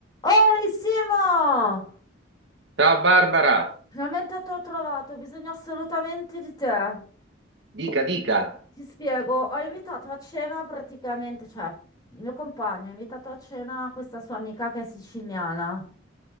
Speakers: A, on the left; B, on the right.
A: Ehi Simo!
B: Ciao Barbara,
A: Finalmente te l'ho trovato, ho bisogno assolutamente di te.
B: dica, dica.
A: Ti spiego, ho invitato a cena praticamente, cioè, il mio compagno ha invitato a cena questa sua amica che è siciliana